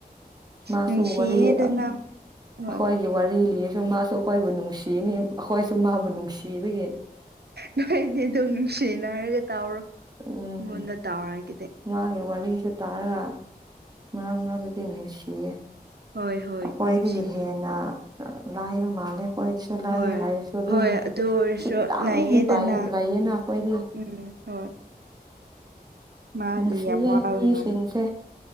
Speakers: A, on the right; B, on the right.
A: ꯃꯥꯁꯨ
B: ꯅꯨꯡꯁꯤꯌꯦꯗꯅ
A: ꯋꯥꯔꯤ ꯑꯩꯈꯣꯏꯒꯤ
B: ꯍꯣꯏ
A: ꯋꯥꯔꯤ ꯂꯤꯔꯁꯨ ꯃꯥꯁꯨ ꯑꯩꯈꯣꯏꯕꯨ ꯅꯨꯡꯁꯤꯅꯤ ꯑꯩꯈꯣꯏꯁꯨ ꯃꯥꯕꯨ ꯅꯨꯡꯁꯤꯕꯒꯤ
B: ꯅꯣꯏ ꯅꯤ ꯑꯗꯨꯝ ꯅꯨꯡꯁꯤꯅꯔꯒ ꯇꯥꯎꯔꯣ ꯑꯩꯉꯣꯟꯗ
A: ꯎꯝ
B: ꯇꯥꯎꯔꯒꯗꯤ
A: ꯃꯥꯒꯤ ꯋꯥꯔꯤꯁ‌ꯦ ꯇꯥꯔꯒ ꯃꯔꯥꯡ ꯃꯔꯛꯇꯗꯤ ꯅꯨꯡꯁꯤꯌꯦ
B: ꯍꯣꯏ ꯍꯣꯏ
A: ꯑꯩꯈꯣꯏꯗꯒꯤ
B: ꯅꯨꯡꯁꯤ
A: ꯍꯦꯟꯅ ꯂꯥꯏꯕ ꯃꯥꯜꯂꯦ ꯑꯈꯣꯏꯁꯨ ꯂꯥꯏꯌ‌ꯦ
B: ꯍꯣꯏ
A: ꯍꯥꯏꯔꯁꯨ ꯑꯗꯨꯝ
B: ꯍꯣꯏ ꯑꯗꯨ ꯑꯣꯏꯔꯁꯨ
A: ꯈꯤꯇꯪꯗꯤ
B: ꯂꯩꯌꯦꯗꯅ
A: ꯄꯥꯏꯌꯦ ꯂꯩꯌꯦꯅ ꯑꯩꯈꯣꯏꯗꯤ
B: ꯎꯝ ꯍꯣꯏ꯫ ꯃꯥꯗꯤ
A: ꯅꯨꯡꯁꯤꯌꯦ
B: ꯌꯥꯝ ꯋꯥꯕ
A: ꯃꯤꯁꯤꯡꯁꯦ
B: ꯃꯥ